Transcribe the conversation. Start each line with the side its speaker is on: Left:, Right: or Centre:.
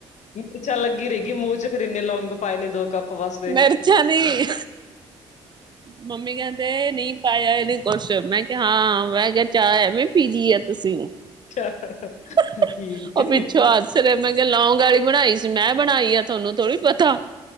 Left: ਮਿ ਮਿਰਚਾਂ ਲੱਗੀ ਰਹੇਗੀ ਮੂੰਹ ਚ ਫਿਰ ਇੰਨੇ ਲੌਂਗ ਪਾਏ ਨੇ ਦੋ ਕੱਪ। ਵਾਸਤੇ।
Right: ਮਿਰਚਾਂ ਨਹੀਂ। ਮੰਮੀ ਕਹਿੰਦੇ ਨਹੀਂ ਪਾਇਆ ਇਹਨੇ ਕੁੱਛ ਮੈਂ ਕਿਹਾ ਹਾਂ ਮੈਂ ਕਿਹਾ ਚਾਹ ਐਵੇ ਪੀ ਲੀ ਏ ਤੁਸੀਂ ਹ
Left: ਅੱਛਾ
Right: ਹ
Left: ਠੀਕ
Right: ਉਹ ਪਿੱਛੋਂ
Left: ਏ,
Right: ਹੱ ਸਵੇਰੇ ਮੈਂ ਕਿਹਾ ਲੌਂਗ ਵਾਲੀ ਬਣਾਈ ਸੀ ਮੈਂ ਬਣਾਈ ਆ ਤੁਹਾਨੂੰ ਥੋੜੀ ਪਤਾ।